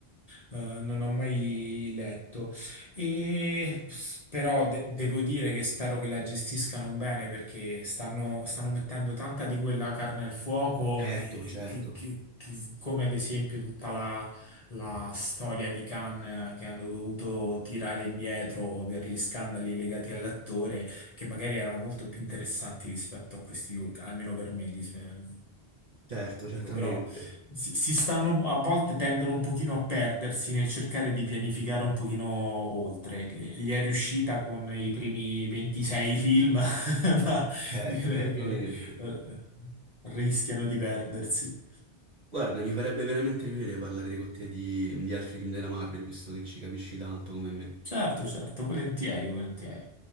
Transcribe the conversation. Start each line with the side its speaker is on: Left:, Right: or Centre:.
Left: eh, non ho mai letto. E, s- però de- devo dire che spero che la gestiscano bene perché stanno, stanno mettendo tanta di quella carne al fuoco,
Right: Certo,
Left: e-
Right: certo,
Left: che- che- che- come ad esempio tutta la, la storia di Khan eh, che hanno dovuto tirare indietro per gli scandali legati all'attore che magari erano molto più interessanti rispetto a questi di Hulk, almeno per me. dis- eh,
Right: certo, certamente,
Left: Dico, però si, si stanno a volte tendono un pochino a perdersi nel cercare di pianificare un pochino oltre. Gli è riuscita con i primi 26 film, <laughs> ma
Right: certo,
Left: direi
Right: certamente.
Left: che eh, rischiano di perdersi.
Right: Guarda, mi farebbe veramente piacere parlare con te di, di altri film della Marvel, visto che ci capisci tanto come me.
Left: Certo, certo, volentieri, volentieri.